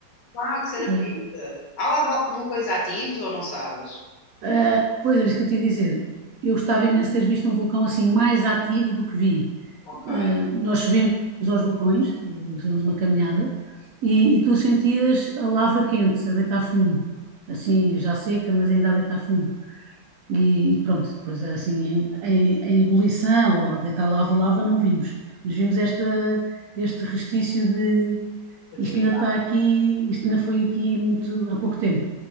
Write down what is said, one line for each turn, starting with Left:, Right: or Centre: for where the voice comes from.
Left: Uau, que cena
Right: Eh,
Left: fixe. Há lá vo- vulcões ativos ou não sabes?
Right: eh, pois era isso que eu te ia dizer. Eu gostava imenso de ter visto um vulcão assim mais ativo do que vi.
Left: Ok,
Right: Eh, nós subimos aos vulcões, eh, fizemos uma caminhada, e, e tu sentias a lava quente a deitar fumo. Assim, já seca, mas ainda a deitar fumo. E pronto, depois assim, em, em, em ebulição ou deitar lava, lava, não vimos. Mas vimos esta, este restício de
Left: atividade.
Right: isto ainda está aqui, isto ainda foi aqui muito há pouco tempo.